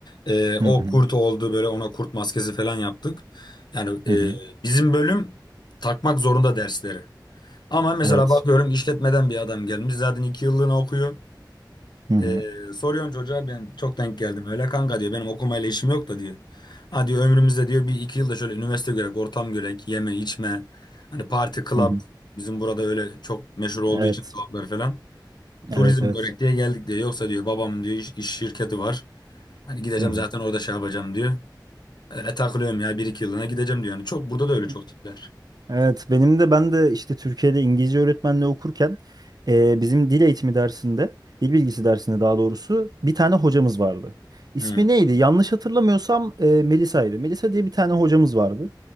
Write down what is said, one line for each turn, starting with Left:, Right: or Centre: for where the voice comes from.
Left: E, o
Right: hı hı,
Left: kurt oldu böyle ona kurt maskesi falan yaptık. Yani
Right: hı
Left: e,
Right: hı.
Left: bizim bölüm takmak zorunda dersleri. Ama mesela
Right: Evet.
Left: bakıyorum işletmeden bir adam gelmiş zaten iki yıllığına okuyor.
Right: Hı hı,
Left: Ee, soruyorsun çocuğa ben çok denk geldim. Öyle kanka diyor benim okumayla işim yok da diyor. Ha diyor ömrümüzde diyor bir iki yılda şöyle üniversite görek, ortam görek, yeme içme. Hani parti, club
Right: hı hı.
Left: bizim burada öyle çok meşhur olduğu
Right: Evet.
Left: için clublar falan. Turizm
Right: Evet, evet.
Left: görek diye geldik diyor. Yoksa diyor babamın diyor iş, iş şirketi var. Hani gideceğim
Right: Hı
Left: zaten orada şey yapacağım diyor. Öyle takılıyorum ya bir iki yılına gideceğim diyor. Yani çok burada da öyle
Right: hı.
Left: çok tipler.
Right: Evet, benim de ben de işte Türkiye'de İngilizce öğretmenliği okurken e, bizim dil eğitimi dersinde, dil bilgisi dersinde daha doğrusu bir tane hocamız vardı. İsmi
Left: Hmm.
Right: neydi? Yanlış hatırlamıyorsam e, Melisa'ydı. Melisa diye bir tane hocamız vardı.